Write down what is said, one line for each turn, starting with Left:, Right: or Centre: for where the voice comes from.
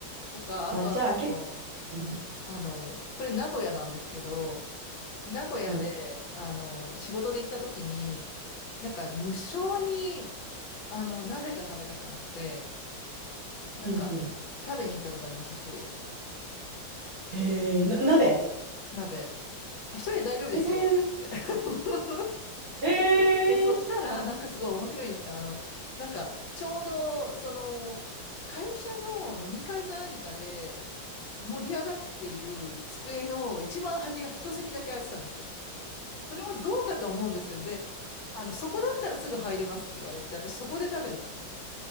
Left: とか、
Right: あ、
Left: あとあの、
Right: じゃあ、結構、
Left: うん、
Right: う
Left: あの、これ名古屋なんですけど、名古屋で、
Right: ん、
Left: あの、仕事で行った時に、なんか無性に、あの、鍋が食べたくなって、なんか食べに行ったことあります、
Right: うん、うん。
Left: 一人で。
Right: へえ、な、鍋。
Left: 鍋。一人で大丈夫ですよとか言って。
Right: へえ、
Left: <laughs>
Right: へ
Left: え、そしたら、
Right: え。
Left: なんかすごい面白いんですけど、あの、なんか、ちょうど、その、会社の飲み会か何かで盛り上がっている机の一番端が一席だけ空いてたんですよ。それもどうかと思うんですけど、で、あの、そこだったらすぐ入れますって言われて、私そこで食べてたんです。